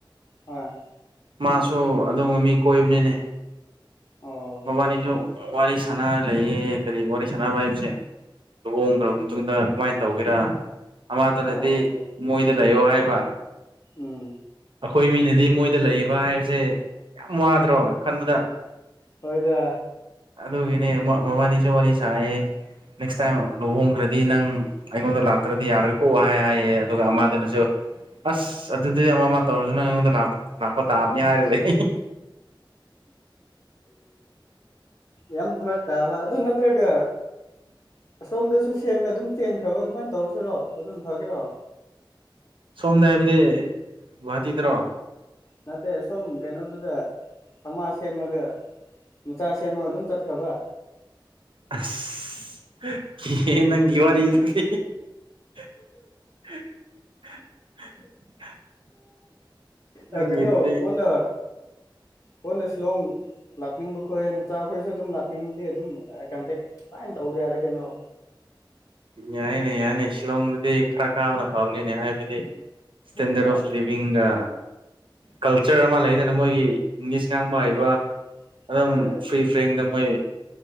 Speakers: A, on the left; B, on the right.
A: ꯍꯣꯏ
B: ꯃꯥꯁꯨ ꯑꯗꯨꯝꯕ ꯃꯤ ꯀꯣꯏꯕꯅꯤꯅꯦ
A: ꯑꯣ
B: ꯃꯕꯥꯅꯤꯁꯨ ꯋꯥꯔꯤ ꯁꯟꯅꯔꯥ ꯂꯩꯌꯦ ꯀꯔꯤ ꯋꯥꯔꯤ ꯁꯟꯅꯕ ꯍꯥꯏꯁꯦ ꯂꯨꯍꯣꯡꯈ꯭ꯒꯔꯕ ꯃꯇꯨꯡꯗ ꯀꯃꯥꯏꯅ ꯇꯧꯒꯦꯔꯥ ꯑꯃꯗꯨꯅꯗꯤ
A: ꯑꯣ ꯑꯣ
B: ꯃꯣꯏꯗ ꯂꯩꯌꯣ ꯍꯥꯏꯕ
A: ꯎꯝ
B: ꯑꯩꯈꯣꯏ ꯃꯤꯅꯗꯤ ꯃꯣꯏꯗ ꯂꯩꯌꯦꯕ ꯍꯥꯏꯕꯁꯦ ꯌꯥꯝ ꯋꯥꯗ꯭ꯔꯣ ꯈꯟꯕꯗ
A: ꯍꯣꯏꯗ
B: ꯑꯗꯨꯒꯤꯅꯦ ꯃꯕꯥꯅꯤꯁꯨ ꯋꯥꯔꯤ ꯁꯥꯏꯌꯦ ꯅꯦꯛꯁ ꯇꯥꯏꯝ ꯂꯨꯍꯣꯡꯈ꯭ꯔꯗꯤ ꯅꯪ ꯑꯩꯉꯣꯟꯗ ꯂꯥꯛꯇ꯭ꯔꯗꯤ ꯌꯥꯔꯣꯏꯀꯣꯑꯣ ꯍꯥꯏ ꯍꯥꯏꯌꯦ ꯑꯗꯨꯒ ꯑꯃꯗꯨꯅꯁꯨ ꯑꯁ ꯑꯗꯨꯗꯤ ꯑꯃ ꯑꯃ ꯇꯧꯔꯁꯨ ꯅꯪ ꯑꯩꯉꯣꯟꯗ ꯂꯥꯛꯄ ꯂꯛꯄ ꯇꯥꯕꯅꯤ ꯍꯥꯏꯔ ꯂꯩ ꯍꯤ ꯍꯤ
A: ꯌꯥꯝ ꯐꯔꯛ ꯇꯥꯕ ꯑꯗꯨ ꯅꯠꯇ꯭ꯔꯒ
B: <inaudible>
A: ꯑꯁꯣꯝꯗꯁꯨ ꯁꯦꯝꯅ ꯑꯗꯨꯝ ꯆꯦꯟꯈ꯭ꯔꯕ ꯑꯗꯨꯃꯥꯏꯅ ꯇꯧꯔꯁꯤꯔꯣ ꯑꯗꯨꯝ ꯐꯒꯦꯔꯣ
B: ꯁꯣꯝꯗ ꯍꯥꯏꯕꯗꯤ ꯒꯨꯍꯥꯇꯤꯗꯔꯣ
A: ꯅꯠꯇꯦ ꯁꯣꯝ ꯀꯩꯅꯣꯗꯨꯗ ꯑꯃ ꯁꯦꯝꯃꯒ ꯃꯆꯥ ꯁꯦꯝꯃꯒ ꯑꯗꯨꯝ ꯆꯠꯈ꯭ꯔꯕ
B: ꯑꯁ ꯀꯤꯌꯦ ꯅꯪꯒꯤ ꯋꯥꯔꯤꯗꯨꯗꯤ <unintelligible> ꯅꯪꯒꯤꯗꯨꯗꯤ
A: ꯑꯥ ꯀꯩꯅꯣ ꯀꯣꯟꯅ ꯀꯣꯟꯅ ꯁꯤꯂꯣꯡ ꯂꯥꯛꯅꯤꯡꯕ ꯈꯣꯏ ꯅꯆꯥꯈꯣꯏꯁꯨ ꯑꯗꯨꯝ ꯂꯥꯛꯅꯤꯡꯕꯗꯤ ꯑꯗꯨꯝ ꯀꯟꯇꯦꯛ ꯂꯥꯏꯅ ꯇꯧꯕ ꯌꯥꯔꯦ ꯀꯩꯅꯣ
B: ꯌꯥꯏꯅꯦ ꯌꯥꯢꯅꯦ ꯁꯤꯂꯣꯡꯗꯨꯗꯤ ꯈꯔ ꯀꯥꯕꯅ ꯐꯕꯅꯤꯅꯦ ꯍꯥꯏꯕꯗꯤ ꯏꯁꯇꯦꯟꯗꯔꯠ
A: ꯍꯣꯏ
B: ꯑꯣꯐ ꯂꯤꯕꯤꯡꯒ ꯀꯜꯆꯔ ꯑꯃ ꯂꯩꯗꯅ ꯃꯣꯏꯒꯤ ꯏꯪꯂꯤꯁ ꯉꯥꯡꯕ
A: ꯍꯣꯏ
B: ꯍꯩꯕ ꯑꯗꯨꯝ
A: ꯍꯣꯏ
B: ꯐ꯭ꯔꯤ ꯐꯦꯡꯗ ꯃꯣꯏ